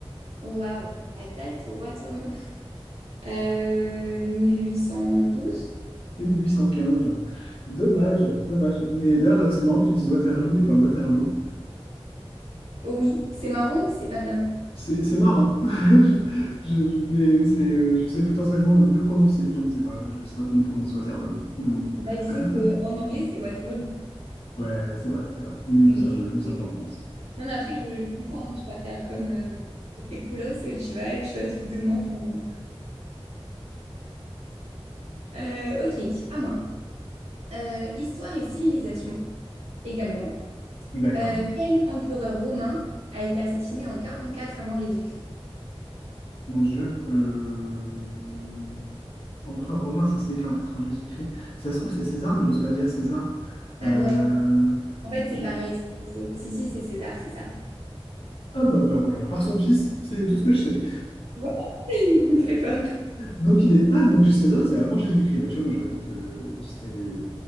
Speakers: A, on the right; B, on the left.
A: Waouh, la date au Waterloo. Euh, 1812?
B: C'est mille huit cent quinze Dommage, dommage. Mais d'ailleurs, euh, c'est marrant que tu dises Waterloo et pas Waterloo.
A: Oui, c'est marrant ou c'est pas bien?
B: C'est c'est marrant. <laughs> Je, je, je- mais c'est, euh, je sais potentiellement le mieux prononcer. Je ne sais pas. Je ne sais pas comment on prononce Waterloo. Waterloo.
A: Bah, disons
B: <laughs>
A: que en anglais, c'est Waterloo.
B: Ouais, c'est vrai, c'est vrai. Mais nous
A: Mais,
B: sommes, nous sommes
A: mais bon.
B: en France.
A: Non, mais après, je, je comprends, hein, tu vas faire comme, euh, comme tes coolos, euh, tu vas, tu vas te foutre de moi pendant. Euh, ok, à moi. Euh, histoire et civilisation, également.
B: D'accord.
A: Euh, quel empereur romain a été assassiné en 44 avant Jésus-Christ?
B: Mon Dieu. euh, Empereur romain, ça se naît 44 ans Jésus-Christ. Si Ça se trouve, c'est César, mais j'ose pas dire César. Euh,
A: Bah ouais, en fait, c'est
B: je-
A: pareil. c'est- c'est- Si, si, c'est César, c'est ça.
B: Ah bah bah voilà, par son fils, c'est tout ce que je sais.
A: Voilà. <laughs> Très fort.
B: Donc il est... Ah, donc César, c'est avant Jésus-Christ. Bah, tu vois, moi j'aurais dit que c'était